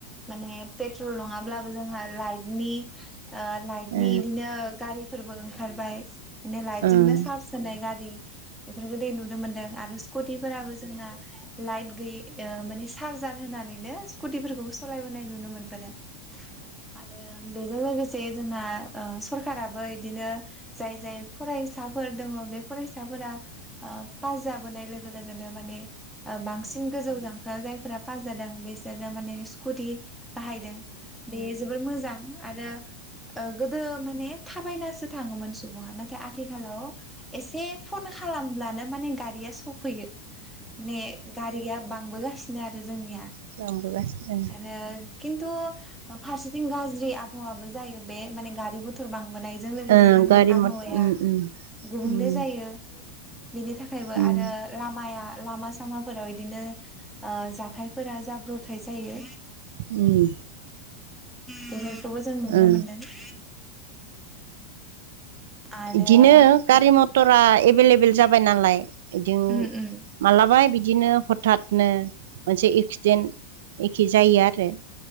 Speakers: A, in the centre; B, on the right (about 75°).
A: माने पेट्रल नङाब्लाबो जोंहा लाइटनि ओ लाइटनि
B: ओ
A: इदिनो गारिफोरबो ओंखारबाय माने लाइट
B: ओं
A: जोंनो सार्ज होनाय गारि बेफोरफोरखौ दै नुनो मोन्दों आरो स्कुटिफोराबो जोंना लाइट गैयि ओ माने चार्जार होनानैनो स्कुटिफोरखौबो सालायबोनाय नुनो मोनबोदों। आरो बेजों लोगोसे जोंना ओ सरखाराबो बिदिनो जाय जाय फरायसाफोर दङ बे फरायसाफोरा ओ पाज जाबोनाय लोगो लोगोनो माने ओ बांसिन गोजौ जांखायाव जायफोरा पास जादों बिसोरनो माने स्कुटि बाहायदों बे जोबोर मोजां आरो ओ गोदो माने थाबायनासो थाङोमोन सुबुङा नाथाय आथिखालाव एसे फन खालामब्लानो माने गारिया सौफैयो। माने गारिया बांबोगासिनो आरो जोंनिया
B: लांबोगासिनो
A: आरो खिन्थु फारसेथिं गाज्रि आबहावाबो जायो बे माने गारि-मथर बांबोनाय जों लोगोसे
B: ओ
A: जोंनि
B: गारि
A: आबहावाया
B: मथ उम उम
A: गुबुंले
B: उम
A: जायो। बेनि थाखायबो
B: उम
A: आरो लामाया लामा-सामाफोराव बिदिनो ओ जाथायफोरा जाब्रब थाय जायो
B: उम
A: बेफोरखौबो जों नुनो
B: ओ
A: मोन्दों। <inaudible> आरो
B: बिदिनो गारि-मथरा
A: बिदि
B: एभेलेबेल जाबाय नालाय बिदिनो
A: उम उम
B: मालाबा बिदिनो हथादनो मोनसे एक्सिडेन्ट एखे जायो आरो